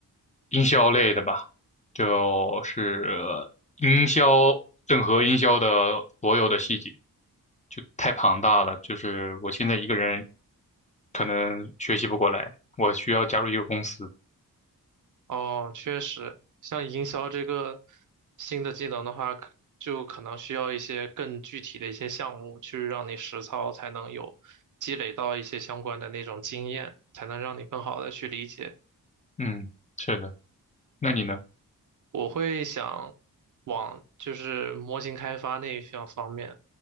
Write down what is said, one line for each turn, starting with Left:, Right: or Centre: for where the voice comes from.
Left: 营销类的吧，就是营销，整合营销的所有的细节，就太庞大了，就是我现在一个人可能学习不过来，我需要加入一个公司。
Right: 哦，确实，像营销这个新的技能的话，可就可能需要一些更具体的一些项目去让你实操，才能有积累到一些相关的那种经验，才能让你更好的去理解。
Left: 嗯，是的，那你呢？
Right: 我会想往就是模型开发那一项方面，